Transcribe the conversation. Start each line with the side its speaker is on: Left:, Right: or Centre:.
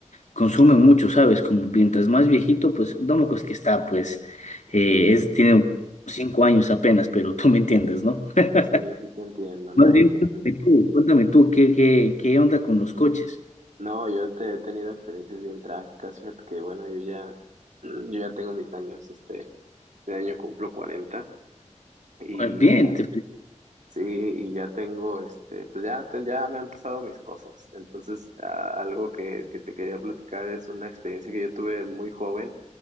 Left: consume mucho, ¿sabes? Como mientras más viejito, pues, Domocos que está, pues, eh,
Right: Sí,
Left: es, tiene cinco años apenas, pero <laughs> tú me entiendes, ¿no? <laughs>
Right: sí, sí te entiendo, ¿no?
Left: Más bien, cuéntame tú, cuéntame tú, ¿qué, qué, qué onda con los coches?
Right: No, yo te he tenido experiencias bien trágicas, fíjate que bueno, yo ya, <clears throat> yo ya tengo mis años, este, de año cumplo 40 y
Left: Pues, Bien,
Right: ya,
Left: te felicito.
Right: sí, y ya tengo, este, pues ya, te- ya me han pasado mis cosas. Entonces, a- algo que, que te quería platicar es una experiencia que yo tuve muy joven